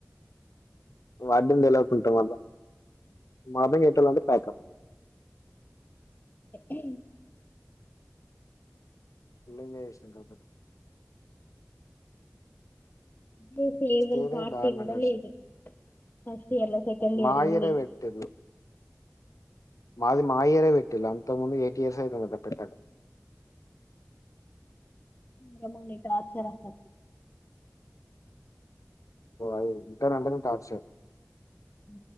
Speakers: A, on the left; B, on the left.
A: వాడింద తెలకుంటా మళ్ళా మాద ఎట్టాలంటే ప్యాకప్
B: అే
A: పంగ విషం కాపత
B: ఆ ఫెర్వల్
A: ఇయరే
B: పార్టీ
A: దారుణంగా
B: కూడా
A: గడిచింది.
B: లేదు ఫస్ట్ ఇయర్ల సెకండ్ ఇయర్
A: మా
B: లో
A: ఇయరే పెట్టిర్రు. మాది మాయరే వెట్లాం ముందు ఏటీయర్స్యిధ పే
B: రమ నట్ ఆచ రాసం
A: ఓ అది ఇకా రంటనే తచ
B: అ